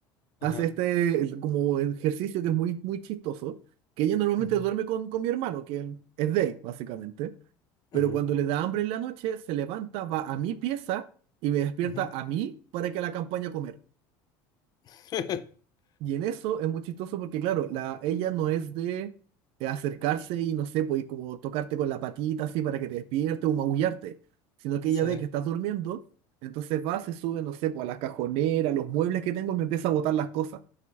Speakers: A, on the right; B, on the left.
A: hace
B: Ajá.
A: este el- como ejercicio que es muy, muy chistoso, que ella normalmente
B: ujú,
A: duerme con, con mi hermano, que es de él, básicamente. pero
B: ujú,
A: cuando le da hambre en la noche, se levanta, va a mi pieza y me despierta
B: ujú.
A: a mí para que la acompañe a comer.
B: <laughs>
A: Y en eso es muy chistoso porque, claro, la, ella no es de eh, acercarse y no sé, pues y como tocarte con la patita así para que te despierte o maullarte, sino que
B: Sí.
A: ella ve que estás durmiendo, entonces va, se sube, no sé, pues a la cajonera, a los muebles que tengo, y me empieza a botar las cosas